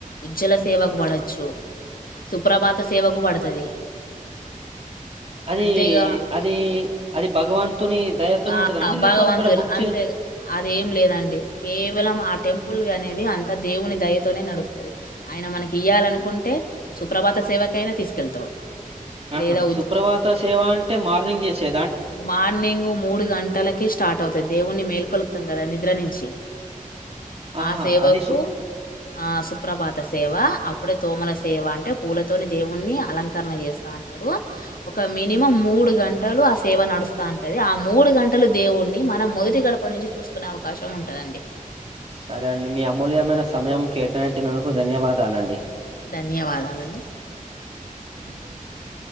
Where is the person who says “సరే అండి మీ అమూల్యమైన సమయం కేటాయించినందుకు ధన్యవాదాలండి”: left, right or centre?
Right